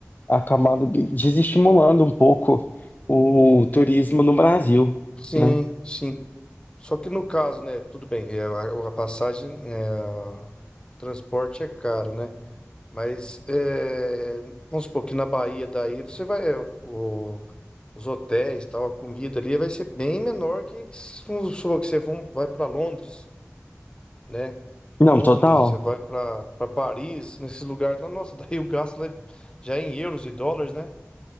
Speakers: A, on the left; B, on the left.
A: acabado desestimulando um pouco o turismo no Brasil,
B: Sim,
A: né?
B: sim. Só que no caso, né? Tudo bem, é, a, a passagem, é, o transporte é caro, né? Mas é, vamos supor que na Bahia daí você vai. é, o- os hotéis, tal, a comida ali vai ser bem menor que, que se for que você vão- vai para Londres. né?
A: Não,
B: Londres,
A: total.
B: você vai para para Paris, nesses lugares lá, nossa, <laughs> daí o gasto lá é- já é em euros e dólares, né?